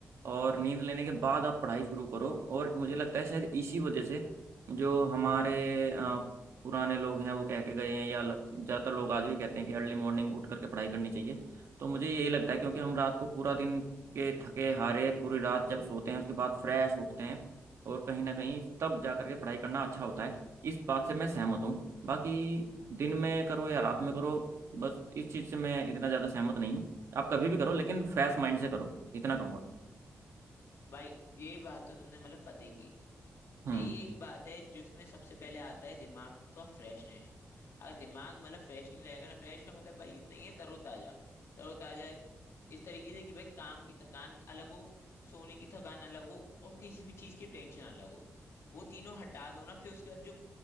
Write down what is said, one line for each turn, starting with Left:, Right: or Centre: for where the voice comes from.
Right: और नींद लेने के बाद आप पढ़ाई शुरू करो और मुझे लगता है शायद इसी वजह से जो हमारे अ, पुराने लोग हैं वो कह के गए हैं या ल- ज़्यादातर लोग आज भी कहते हैं कि अर्ली मॉर्निंग उठ करके पढ़ाई करनी चाहिए तो मुझे यही लगता है क्योंकि हम रात को पूरा दिन के थके हारे पूरी रात जब सोते हैं उसके बाद फ्रेश उठते हैं और कहीं ना कहीं तब जा करके पढ़ाई करना अच्छा होता है इस बात से मैं सहमत हूँ बाकी दिन में करो या रात में करो बस इस चीज से मैं इतना ज्यादा सहमत नहीं हूँ आप कभी भी करो लेकिन फ्रेश माइंड से करो इतना कहूंगा
Left: भाई ये बात तो तुमने मतलब पते की
Right: हम्म
Left: यही एक बात है जिसमें सबसे पहले आता है दिमाग का फ्रेशनेस अगर दिमाग मतलब फ्रेश नहीं रहेगा ना फ्रेश का मतलब भाई इतना ही है तरोताजा तरोताजा इस तरीके से कि भाई काम की थकान अलग हो सोने की थकान अलग हो और किसी भी चीज की टेंशन अलग हो वो तीनों हटा दो ना फिर उसके बाद जो